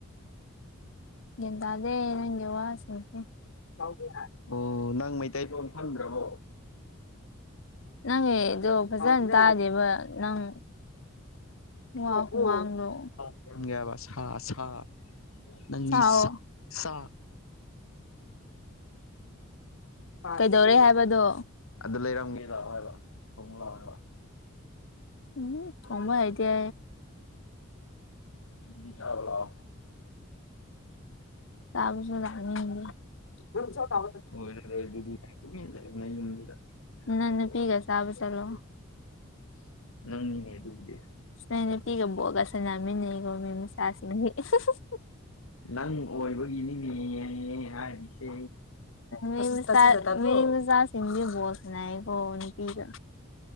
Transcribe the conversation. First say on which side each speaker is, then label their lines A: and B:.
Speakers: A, on the left (about 60°); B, on the left (about 85°).
A: ꯒ꯭ꯌꯥꯟ ꯇꯥꯗꯦ ꯅꯪꯒꯤ ꯋꯥꯁꯤꯡꯁꯤ <unintelligible>
B: ꯑꯣ ꯅꯪ ꯃꯩꯇꯩ ꯂꯣꯟ ꯐꯪꯗ꯭ꯔꯕꯣ
A: ꯅꯪꯒꯤꯗꫭ ꯐꯖꯟ ꯇꯥꯗꯦꯕ ꯅꯪ ꯋꯥ ꯈꯨꯉꯥꯡꯗꯣ
B: <unintelligible> ꯁꯥ ꯁꯥ ꯅꯪꯒꯤ
A: ꯁꯑꯣ
B: ꯁꯥ ꯁꯥ
A: ꯀꯩꯗꯧꯔꯦ ꯍꯥꯏꯕꯗꯣ
B: ꯑꯗꯨ ꯂꯩꯔꯝꯒꯦ ꯂꯥꯛꯑꯣ ꯍꯥꯏꯕ ꯊꯣꯡꯉꯨ ꯂꯥꯛꯑꯣ ꯍꯥꯏꯕ
A: ꯎꯝ ꯉꯝꯃꯣꯏ ꯑꯩꯗꯤ
B: ꯑꯗꯨꯗꯤ ꯆꯥꯔꯣꯂꯥꯎ
A: ꯆꯥꯕꯁꯨ ꯂꯥꯛꯅꯤꯡꯗꯤ <unintelligible>
B: ꯑꯣꯏꯔꯔꫭꯏ ꯑꯗꯨꯗꯤ ꯇꯨꯃꯤꯟ ꯂꯩꯌꫭ ꯅꯌꯨꯝꯗꯨꯗ
A: ꯅꯪ ꯅꯨꯄꯤꯒ ꯆꯥꯕ ꯆꯠꯂꯣ
B: ꯅꯪꯅꯤꯅꯦ ꯑꯗꯨꯕꯨꯗꯤ
A: ꯅꫭꯏ ꯅꯨꯄꯤꯒ ꯕꫭꯜꯒ ꯁꯥꯟꯅꯃꯤꯟꯅꯩꯀꫭ ꯃꯤ ꯃꯥꯆꯥ ꯁꯤꯡꯗꯤ <unintelligible>
B: ꯅꯪ ꯑꯣꯏꯕꯒꯤꯅꯤꯅꯦ ꯍꯥꯏꯔꯤꯁꯦ
A: ꯃꯤ ꯃꯆꯥ ꯃꯤ ꯃꯆꯥꯁꯤꯡꯗꯤ ꯕꫭꯜ ꯁꯥꯅꯩꯀꫭ ꯅꯨꯄꯤꯒ